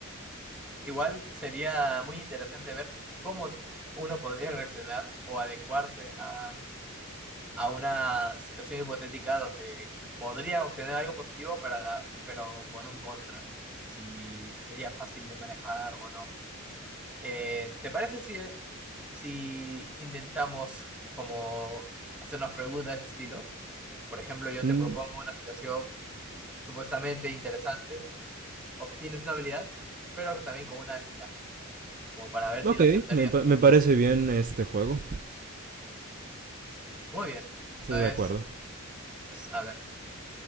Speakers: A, in the centre; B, on the right.
A: Igual sería muy interesante ver cómo uno podría reaccionar o adecuarse a, a una situación hipotética donde podría obtener algo positivo, pero, a la- pero con un contra. Si sería fácil de manejar o no. Eh, ¿te parece si, si intentamos como hacernos preguntas de ese estilo? Por ejemplo, yo
B: Mm,
A: te propongo una situación supuestamente interesante, obtienes una habilidad, pero también con una desventaja, como para ver
B: ok,
A: si la aceptarías
B: me, pa-
A: o no.
B: me parece bien este juego.
A: Muy bien. Entonces,
B: Estoy de acuerdo.
A: a ver,